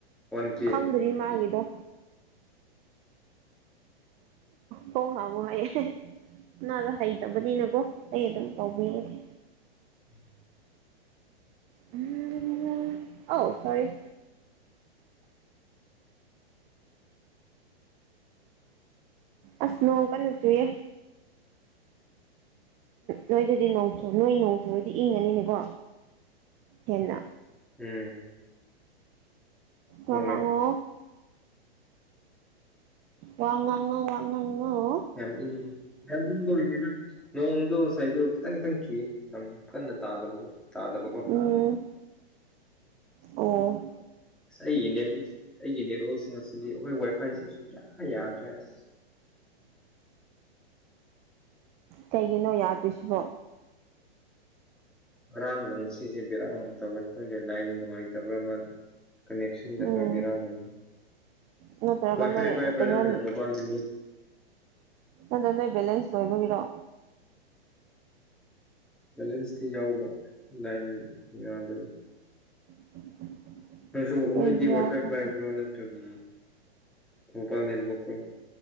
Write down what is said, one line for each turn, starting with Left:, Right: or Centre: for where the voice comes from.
Centre: ꯋꯥꯟ ꯀꯦ
Right: ꯈꯪꯗ꯭ꯔꯤ ꯃꯥꯒꯤꯗꯣ ꯊꯣꯡꯍꯡꯉꯣ ꯍꯥꯏ ꯃꯥꯗꯣ ꯍꯩꯇꯕꯅꯤꯅꯀꯣ ꯑꯩ ꯑꯗꯨꯝ ꯇꯧꯕꯤꯔꯒꯦ
Centre: <inaudible>
Right: ꯎꯝ ꯑꯧ ꯁꯣꯔꯤ ꯑꯁ ꯅꯣꯡ ꯀꯟꯅꯆꯨꯏ ꯅꯣꯏꯗꯗꯤ ꯅꯣꯡꯆꯨ ꯅꯣꯏ ꯅꯣꯡꯆꯗꯤ ꯏꯪꯉꯅꯤꯅꯦꯀꯣ ꯍꯦꯟꯅ
Centre: ꯎꯝ ꯍꯣꯏ
Right: ꯋꯥꯉꯡꯉꯣ ꯋꯥ ꯉꯥꯡꯑꯣ ꯋꯥꯡ ꯉꯡꯑꯣ
Centre: ꯎꯝ <unintelligible> ꯅꯣꯡꯗꯣ ꯉꯁꯥꯏꯗꯨ ꯈꯤꯇꯪ-ꯈꯤꯇꯪ ꯆꯨꯏ ꯌꯥꯝ ꯀꯟꯅ ꯇꯥꯗꯕ ꯇꯥꯗꯕꯀꯣ
Right: ꯎꯝ ꯑꯣ
Centre: ꯑꯁ ꯑꯩꯒꯤ ꯅꯦꯠꯋ ꯑꯩꯒꯤ ꯅꯦꯠꯋꯥꯛꯁꯤꯡ ꯑꯁꯤꯗꯤ ꯑꯩꯈꯣꯏ ꯋꯥꯏ ꯐꯥꯏꯁꯤ ꯁꯨꯡꯌꯥ ꯌꯥꯗ꯭ꯔꯦ ꯑꯁ
Right: ꯀꯩꯒꯤꯅꯣ ꯌꯥꯗꯣꯏꯁꯤꯕꯣ
Centre: ꯉꯔꯥꯡꯒ ꯉꯁꯤꯁꯦ ꯕꯦꯔꯥ ꯌꯥꯝꯅ ꯇꯧꯋꯦ ꯈꯪꯗꯦ ꯂꯥꯏꯟ ꯅꯨꯡꯉꯥꯏꯇꯕ꯭ꯔꯥ ꯀꯅꯦꯛꯁꯟꯗ
Right: ꯎꯝ
Centre: ꯈꯔ ꯕꯦꯔꯥ ꯂꯩꯅꯤ
Right: ꯅꯠꯇ꯭ꯔꯒ
Centre: ꯋꯥꯏ
Right: ꯅꯣꯏ
Centre: ꯐꯥꯏ ꯄꯥꯏꯕ꯭ꯔꯥ
Right: ꯀꯩꯅꯣ
Centre: ꯅ꯭ꯔꯅ ꯃꯣꯕꯥꯏꯜ <inaudible>
Right: ꯑꯗ ꯅꯣꯏ ꯕꯦꯂꯦꯟꯁ ꯂꯣꯏꯕꯒꯤꯔꯣ
Centre: ꯕꯦꯂꯦꯟꯁꯇꯤ ꯌꯥꯎꯕ ꯂꯥꯏꯟ ꯌꯥꯗꯕ
Right: <inaudible>
Centre: ꯅꯪꯁꯨ
Right: ꯇꯦꯟꯒꯤ
Centre: ꯅꯣꯏꯗꯤ
Right: ꯉꯥꯛꯇꯅꯤ
Centre: ꯋꯥꯏ ꯐꯥꯏ ꯄꯥꯏꯕ꯭ꯔꯣ ꯅꯠꯇ꯭ꯔꯒ ꯃꯣꯕꯥꯏꯜ ꯅꯦꯠꯋꯥꯛ ꯔꯣ